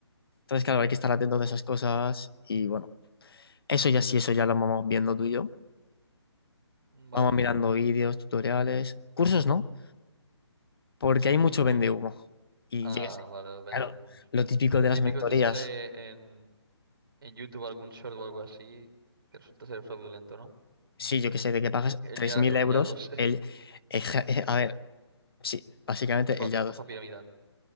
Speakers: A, on the left; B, on the right.
A: Entonces, claro, hay que estar atento de esas cosas y bueno. Eso ya sí, eso ya lo vamos viendo tú y yo.
B: Vale.
A: Vamos mirando vídeos, tutoriales, cursos, ¿no? Porque
B: Recursos
A: hay mucho
B: no.
A: vende humo. Y
B: Ah,
A: yo qué sé,
B: vale, los vende
A: claro,
B: humos.
A: lo típico
B: Lo
A: de
B: típico
A: las mentorías,
B: te sale en, en YouTube algún short o algo así que resulta ser fraudulento, ¿no?
A: sí, yo qué sé, de que pagas
B: El
A: tres
B: ya,
A: mil
B: el
A: euros,
B: ya 2. <laughs>
A: el, el ja- <laughs> a ver, sí, básicamente
B: Estafa,
A: el YADOS,
B: estafa piramidal.